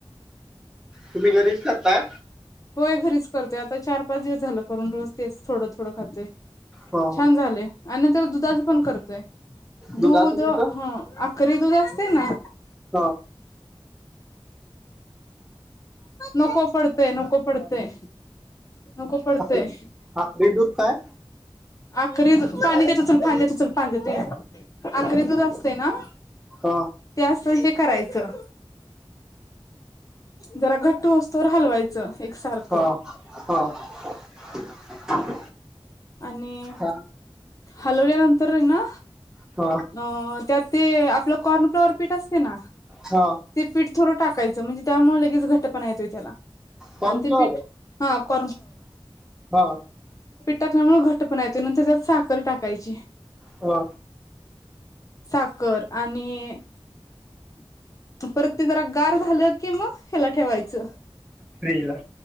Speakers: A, in the centre; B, on the left.
A: तुम्ही घरीच करताय
B: होय घरीच करतोय आता चार पा च दिवस झाल करून रोज तेच थोड थोड खातोय
A: हो हो
B: छान झाले आणि नंत तर दुधा च करतोय
A: दुधाचं
B: दुध
A: कसं
B: हा करी दूध असते ना
A: हा
B: नको पडतय नको पडतय नको पडतेय
A: आक आकडी दूध काय
B: आखरी पाणी देतो चल पाणी देतो चल पाणी देतो अख दूध असते ना
A: ह
B: त्याअस हे करायचं जरा घट्टू असतो हलवायचं एकसारखं
A: हा हा ह
B: आणि
A: ह
B: हलवल्यानंतर तर येना
A: ह
B: अ त्यात ते आप आपलं कॉर्न फ्लॉवर पीठ असते ना
A: ह
B: ते पीठ थोडं टाकायचं म्हणजे त्यामुळे <unintelligible> घटना.
A: कॉर्नफ्लॉवर
B: अनते‌पीठ क
A: ह
B: टाकल्यामुळे घट पना‌येतो कायची.
A: ह
B: साखर आणि <unintelligible> परत ते जरा गार झालं किंवा ह्याला ठेवायचं.
A: फ्रीजला.